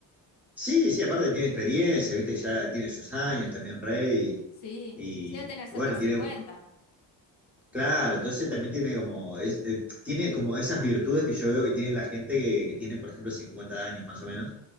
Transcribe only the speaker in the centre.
Sí, sí, aparte tiene experiencia, viste, ya tiene sus años también Rey,
y,
y bueno,
tiene
Claro,
entonces
también tiene como, es- eh, tiene como esas virtudes que yo veo que tiene la gente que, que tiene, por ejemplo, 50 años más o menos,